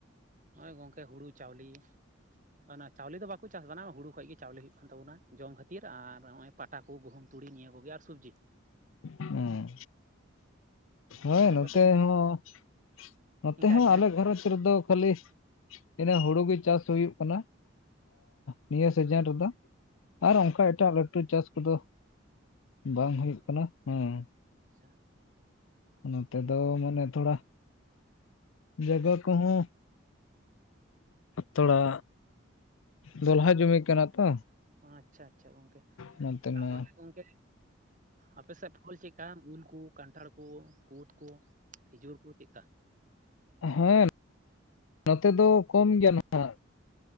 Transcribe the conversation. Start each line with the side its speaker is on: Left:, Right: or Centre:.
Right: ᱱᱚᱜᱼᱚᱭ ᱜᱚᱝᱠᱮ ᱦᱳᱲᱳ ᱪᱟᱣᱞᱮ ᱚᱱᱟ ᱪᱟᱣᱞᱮ ᱫᱚ ᱵᱟᱠᱚ ᱪᱟᱥᱫᱟ ᱦᱩᱲᱩ ᱠᱷᱚᱡ ᱜᱮ ᱪᱟᱣᱞᱮ ᱦᱩᱭᱩᱜ ᱠᱟᱱ ᱛᱟᱵᱚᱱᱟ ᱡᱚᱢ ᱠᱷᱟᱹᱛᱤᱨ ᱟᱨ ᱱᱚᱜᱼᱚᱭ ᱯᱟᱴᱟ ᱠᱚ ᱜᱩᱦᱩᱢ, ᱛᱩᱲᱤ ᱱᱤᱭᱟᱹ ᱠᱚᱜᱮ ᱟᱨ ᱥᱚᱵᱽᱡᱤ
Left: ᱦᱮᱸ ᱦᱳᱭ
Right: ᱟᱨ ᱟᱯᱮ
Left: ᱱᱚᱛᱮ
Right: ᱥᱮᱫ
Left: ᱦᱚᱸ- ᱱᱚᱛᱮ
Right: ᱤᱱᱠᱟ
Left: ᱦᱚᱸ
Right: ᱜᱮ ᱵᱟᱝ
Left: ᱟᱞᱮ ᱜᱷᱟᱨᱚᱸᱡᱽ ᱨᱮᱫᱚ ᱠᱷᱟᱹᱞᱤ ᱤᱱᱟᱹ ᱦᱳᱲᱳ ᱪᱟᱥ ᱦᱩᱭᱩᱜ ᱠᱟᱱᱟ ᱱᱤᱭᱟᱹ ᱥᱤᱡᱮᱱ ᱨᱮᱫᱚ ᱟᱨ ᱚᱱᱠᱟ ᱮᱴᱟᱜ ᱞᱟᱹᱴᱩ ᱪᱟᱥ ᱠᱚᱫᱚ ᱵᱟᱝ ᱦᱩᱭᱩᱜ ᱠᱟᱱᱟ ᱦᱮᱸ
Right: ᱟᱪᱷᱟ
Left: ᱱᱚᱛᱮ ᱫᱚ ᱢᱟᱱᱮ ᱛᱷᱚᱲᱟ ᱡᱟᱜᱟ ᱠᱚᱦᱚᱸ ᱛᱷᱚᱲᱟ ᱫᱚᱞᱦᱟ ᱡᱩᱢᱤ ᱠᱟᱱᱟ ᱛᱚ
Right: ᱟᱪᱷᱟ-ᱟᱪᱷᱟ ᱜᱚᱝᱠᱮ
Left: ᱱᱚᱛᱮ
Right: ᱛᱟᱦᱚᱞᱮ
Left: ᱢᱟ
Right: ᱜᱚᱝᱠᱮ ᱟᱯᱮᱥᱮᱫ ᱯᱷᱚᱞ ᱪᱮᱫᱞᱮᱠᱟ ᱩᱞᱠᱩ ᱠᱟᱱᱴᱷᱟᱲ ᱠᱚ ᱠᱩᱫ ᱠᱚ ᱠᱷᱤᱡᱩᱨ ᱠᱚ ᱪᱮᱫᱼᱠᱟ?
Left: ᱦᱮᱸ ᱱᱚᱛᱮ ᱫᱚ ᱠᱚᱢ ᱜᱮᱭᱟ ᱱᱟᱦᱟᱜ